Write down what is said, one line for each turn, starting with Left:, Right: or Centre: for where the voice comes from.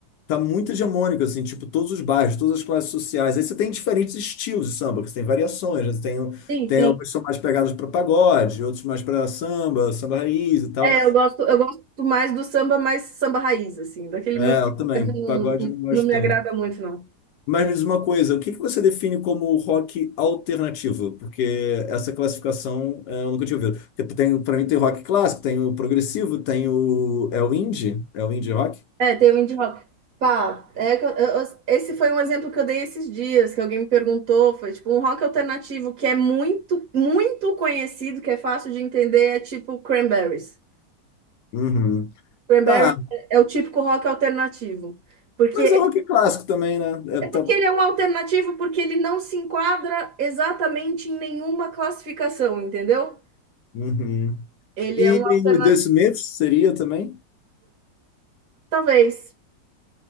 Left: tá muito hegemônico, assim, tipo, todos os bairros, todas as classes sociais. Aí você tem diferentes estilos de samba, que você tem variações, né? Você Tem,
Right: sim,
Left: tem
Right: sim.
Left: alguns que são mais pegados para pagode, outros mais para samba, samba raiz e tal.
Right: É, eu gosto, eu gosto mais do samba, mais samba raiz, assim, daquele
Left: É,
Right: muito.
Left: eu também,
Right: Não,
Left: pagode eu não gosto
Right: não me
Left: tanto.
Right: agrada muito, não.
Left: Mas me diz uma coisa, o que que você define como rock alternativo? Porque essa classificação eh, eu nunca tinha ouvido. Tipo, Tem, para mim tem rock clássico, tem o progressivo, tem o... É o indie? É o indie rock?
Right: É, tem o indie rock. Pá, é que eu- eu- esse foi um exemplo que eu dei esses dias, que alguém me perguntou. Foi tipo um rock alternativo que é muito, muito conhecido, que é fácil de entender, é tipo Cranberries.
Left: Uhum.
Right: Cranberries
Left: Tá,
Right: é é o típico rock alternativo. Porque
Left: mas
Right: é
Left: é rock clássico também, né? É, tá...
Right: que ele é um alternativo porque ele não se enquadra exatamente em nenhuma classificação, entendeu?
Left: uhum.
Right: Ele
Left: E
Right: é um alternativo.
Left: The Smiths seria também?
Right: Talvez,